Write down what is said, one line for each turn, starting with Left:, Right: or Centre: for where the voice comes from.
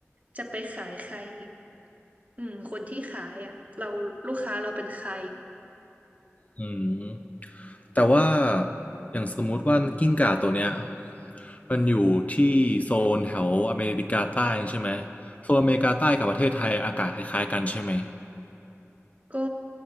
Right: จะไปขายใครอีกอืมคนที่ขายอ่ะเราลูกค้าเราเป็นใคร
Left: อืมแต่ว่าอย่างสมมุติว่ากิ้งก่าตัวเนี้ยมันอยู่ที่โซนแถวอเมริกาใต้ใช่ไหมโซนอเมริกาใต้กับประเทศไทยอากาศคล้ายๆกันใช่ไหม
Right: ก็